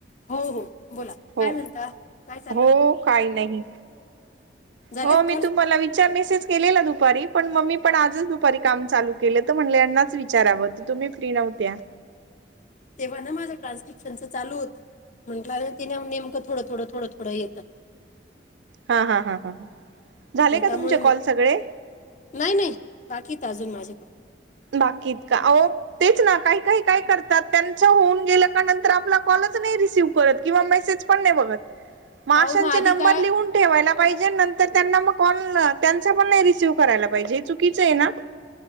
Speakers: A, on the left (about 45°); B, on the right (about 85°).
A: हो हो बोला.
B: हो
A: काय म्हणता काय चाललं
B: हो काही नाही
A: झालेत
B: हो मी
A: कॉल
B: तुम्हाला वि विचार मेसेज केलेला दुपारी पण मम्मी पण आजच दुपारी काम चालू केलं म्हणलेनाच विचारावं तुम्ही त्रि नवत्या
A: तेव्हा ना माझं ट्रान्स्टिकशनचं ल होतं म्हटलं ति नेमकं थोडं थोडं थोडं थोडं येत.
B: हा हा हां ह झाले
A: मग
B: का
A: त्यामुळे
B: तुमचे
A: मग
B: कॉल सगळे.
A: नाही नाही बाकी तर अजून माझे पा
B: बाकी इतका आहो तेच ना काही काही काय करतात त्यांच्या होऊन गेल्या का नंतर आपला कॉलच नाही रिसिव्ह करत किंवा मेसेज. पण नाही बघत.
A: <inaudible>
B: माशांचे
A: आधी
B: नंबर
A: काय
B: लिहून ठेवायला पाहिजे नंतर त्यांना मग कॉल त्यां पण नाही रिसिव्ह करायला पाहिजे हे चुकीचं आहे ना